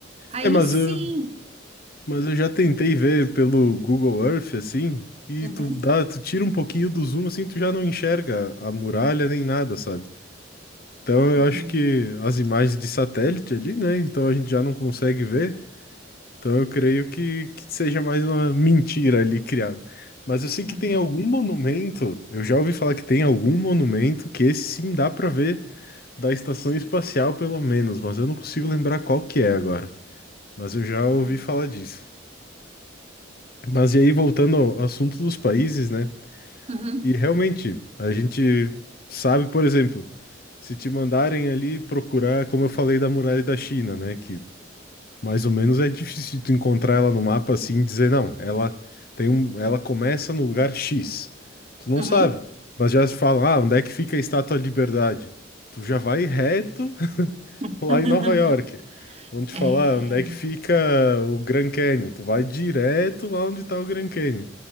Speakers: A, on the right (about 30°); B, on the left (about 50°).
A: Aí
B: É, mas
A: sim!
B: eu, Mas eu já tentei ver pelo Google Earth, assim, e
A: Uhum,
B: tu dá, tu tira um pouquinho do zoom, assim, tu já não enxerga a muralha nem nada, sabe? Então eu
A: hum,
B: acho que as imagens de satélite ali, né? Então a gente já não consegue ver. Então eu creio que, que seja mais uma mentira ali criada. Mas eu sei que
A: uhum,
B: tem algum monumento, eu já ouvi falar que tem algum monumento que esse sim dá pra ver da estação espacial, pelo menos, mas eu não consigo lembrar qual que é agora. Mas eu já
A: uhum,
B: ouvi falar disso. Mas e aí, voltando ao assunto dos países, né?
A: uhum,
B: E realmente, a gente sabe, por exemplo, se te mandarem ali procurar, como eu falei da muralha da China, né? Que mais ou menos é difícil tu encontrar ela no mapa assim e dizer, não, ela tem um, ela começa no lugar X. Tu não
A: uhum.
B: sabe, mas já se fala, ah, onde é que fica a Estátua da Liberdade? Tu já vai reto <laughs>
A: <laughs>
B: lá em Nova York. Vão te
A: É.
B: falar "Ah, onde é que fica o Grand Canyon. Tu vai direto lá onde tá o Grand Canyon